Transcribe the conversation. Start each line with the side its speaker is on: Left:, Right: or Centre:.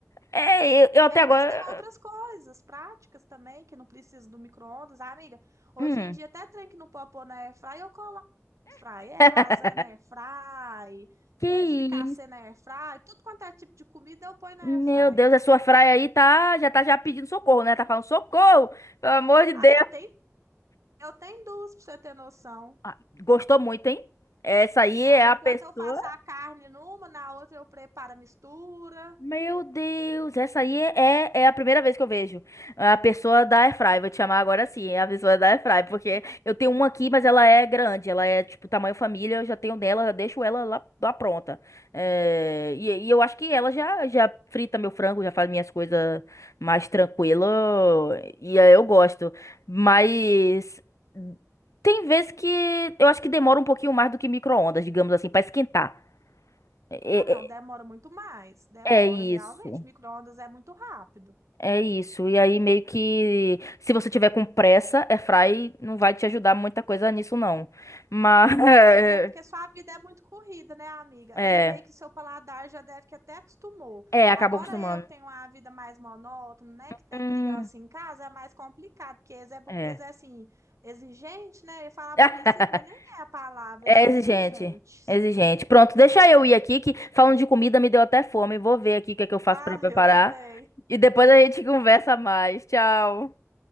Left: É, eu, eu até
Right: É,
Left: agora,
Right: mas tem outras coisas práticas também que não precisa do micro-ondas. Ah, amiga, hoje
Left: hum,
Right: em dia até trem que não popou na airfry, eu coloco na airfry. É
Left: <laughs>
Right: lasanha na airfry,
Left: que
Right: é,
Left: isso?
Right: fricassê na airfry, tudo quanto é tipo de comida eu ponho na
Left: Meu
Right: airfry.
Left: Deus, a sua fraia aí tá já tá já pedindo socorro, né? Tá falando socorro, pelo amor de
Right: Aí
Left: Deus.
Right: eu tenho, eu tenho duas pra você ter noção.
Left: Ah, gostou muito, hein? Essa aí é
Right: É, enquanto
Left: a pessoa.
Right: eu faço a carne numa, na outra eu preparo a mistura.
Left: Meu Deus, essa aí é, é, é a primeira vez que eu vejo. A pessoa da Airfry, vou te chamar agora sim, é a pessoa da Airfry, porque
Right: <laughs>
Left: eu tenho uma aqui, mas ela é grande, ela é tipo tamanho família, eu já tenho dela, eu deixo ela lá, lá pronta. É, e, e eu acho que ela já, já frita meu frango, já faz minhas coisas mais tranquilo, e aí eu gosto. Mas tem vezes que eu acho que demora um pouquinho mais do que micro-ondas, digamos assim, pra esquentar. é
Right: Ah, não, demora
Left: é-
Right: muito mais. Demora,
Left: é isso.
Right: realmente. Micro-ondas é muito rápido.
Left: É isso. E aí, meio que, se você tiver com pressa, airfry não vai te ajudar muita coisa nisso, não. Mas, <laughs>
Right: É, mas é porque sua vida é muito corrida, né, amiga?
Left: é,
Right: E meio que seu paladar já deve que até acostumou.
Left: é, acabou
Right: Agora
Left: acostumando.
Right: eu que tenho uma vida mais monótona, né, que tem
Left: Hum,
Right: criança em casa, é mais complicado, porque eles é, bu-
Left: é.
Right: eles é assim, exigente, né? Eu ia falar
Left: <laughs>
Right: burrice, mas nem é a palavra,
Left: É
Right: eles são
Left: exigente.
Right: exigentes.
Left: é Exigente. Pronto, deixa eu ir aqui, que falando de comida me deu até fome. Vou ver aqui o que é que eu faço
Right: Ah,
Left: pra
Right: <laughs>
Left: preparar.
Right: eu também.
Left: E depois a gente <laughs> conversa mais. Tchau.